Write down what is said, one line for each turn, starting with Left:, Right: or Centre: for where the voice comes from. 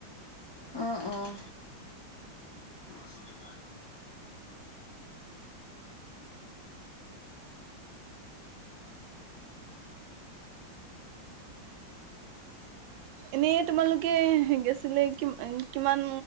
Left: অঁ অঁ বশ <inaudible>
Right: এনেই তোমালোকে বেছিলে কিমান